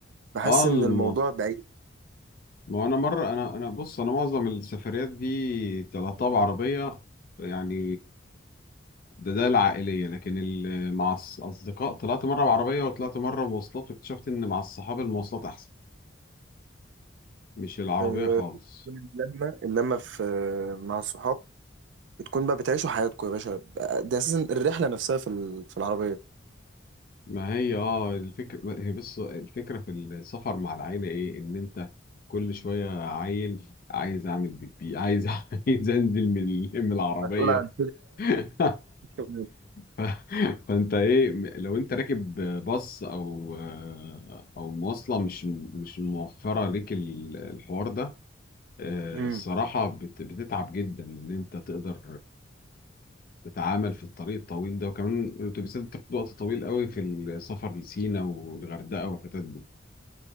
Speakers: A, on the right; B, on the left.
A: بحس
B: اه الم-
A: ان الموضوع بعيد
B: ما هو انا مره انا انا بص انا معظم السفريات دي طلعتها بعربيه يعني ده ده العائليه لكن ال- مع الاصدقاء طلعت مره بعربيه وطلعت مره مواصلات واكتشفت ان مع الصحاب المواصلات احسن مش العربيه
A: آه،
B: خالص
A: بتكون اللمه اللمه في مع الصحاب بتكون بقى بتعيشوا حياتكم يا باشا ده اساسا الرحله نفسها في ال- في العربيه
B: ما هي اه الفكرة هي بس الفكرة في السفر مع العيلة ايه ان انت كل شوية عيل عايز اعمل بيبي عايز <laughs> عايز انزل من ال- من العربية
A: مسؤول عن
B: <laughs>
A: كده
B: ف... فانت ايه لو انت راكب باص او او مواصلة مش مش موفرة ليك ال- الحوار ده آه،
A: امم
B: الصراحة بت... بتتعب جدا ان انت تقدر تتعامل في الطريق الطويل ده وكمان الأتوبيسات بتاخد وقت طويل قوي في السفر لسينا والغردقة والحتت دي